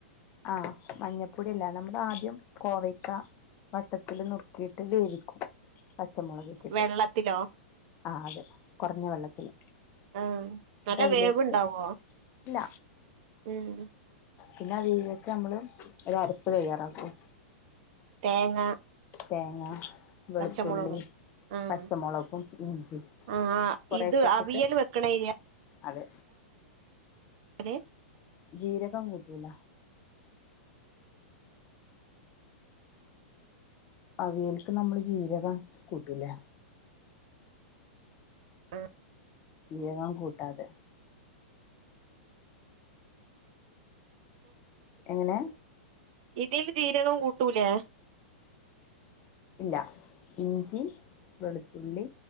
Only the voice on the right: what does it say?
വെള്ളത്തിലോ
ആഹ് നല്ല
വേവുണ്ടാവോ
ഉം
തേങ്ങ
പച്ചമുളകും ആഹ്
ആഹ്
ഇത് അവിയൽ
വെക്കണ ഏരിയ
വെക്കല്
ആഹ്
ഇതിൽ ജീരകം കൂട്ടൂലേ